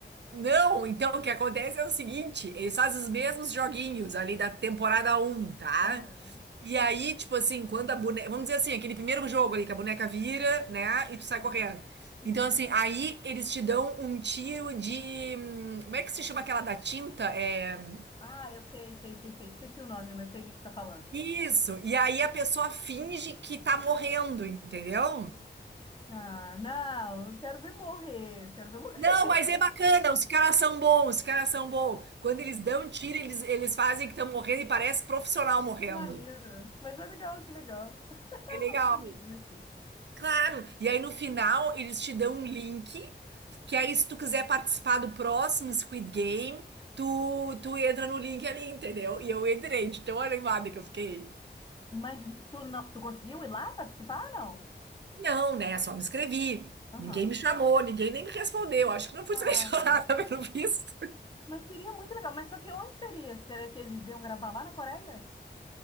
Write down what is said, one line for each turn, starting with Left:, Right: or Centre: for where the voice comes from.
Right: Não, então o que acontece é o seguinte, eles fazem os mesmos joguinhos ali da temporada um, tá?
Left: Aham,
Right: E aí, tipo assim, quando a boneca, vamos dizer assim, aquele primeiro jogo ali que a boneca vira, né, e tu sai correndo.
Left: aham. Sim.
Right: Então assim, aí eles te dão um tiro de, hum, como é que se chama aquela da tinta? É
Left: Ah, eu sei, sei, sei, sei. Esqueci o nome, mas sei o que que você está falando.
Right: isso. E aí a pessoa finge que tá morrendo, entendeu?
Left: Ah, não, eu quero ver morrer. eu Quero ver morrer.
Right: Não, mas é bacana, os caras são bons, os caras são bons. Quando eles dão tiro, eles, eles fazem que estão morrendo e parece profissional
Left: <laughs>
Right: morrendo.
Left: Que maneiro. Mas é legal, que legal. <laughs> Eu
Right: É legal.
Left: não sabia disso.
Right: Claro. E aí no final eles te dão um link, que aí se tu quiser participar do próximo Squid Game, tu, tu entra no link ali, entendeu? E eu entrei de tão animada que eu fiquei.
Left: Mas tu não, tu conseguiu ir lá participar, não?
Right: Não, né? Só me inscrevi.
Left: Aham.
Right: Ninguém me chamou, ninguém nem me respondeu. Acho que não fui
Left: Ah,
Right: selecionada <laughs> pelo visto.
Left: mas seria muito legal. Mas só que onde seria? Será que eles iam gravar lá na Coreia?